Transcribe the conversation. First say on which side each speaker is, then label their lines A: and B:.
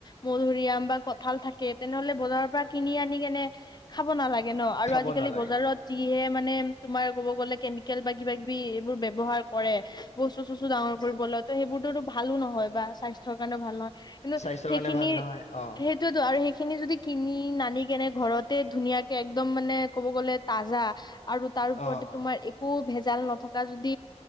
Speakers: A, on the left; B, on the left.
A: মধুৰি আম বা কঁঠাল থাকে, তেনেহ'লে বজাৰৰ পৰা কিনি আনি কেনে খাব নালাগে ন আৰু
B: খাব
A: আজিকালি
B: নালাগে
A: বজাৰত যিহে মানে তোমাৰ ক'ব গ'লে কেমিকেল বা কিবা কিবি এইবোৰ বে ব্যবহাৰ কৰে বস্তু চস্তু ডাঙৰ কৰিবলে ত' সেইবোৰ টোটো ভালো নহয় বা স্বাস্থ্যৰ কাৰণেও ভাল নহয়, কিন্তু
B: স্বাস্থ্যৰ
A: সেইখিনিৰ
B: কাৰণে ভাল নহয় অ
A: সেইটোৱেইটো আৰু সেই খিনি যদি কিনি নানি কেনে ঘৰতে ধুনীয়াক একদম মানে ক'ব গ'লে তাজা আৰু তাৰ ওপৰতে
B: অ অ
A: তোমাৰ একো ভেজাল ন থকা যদি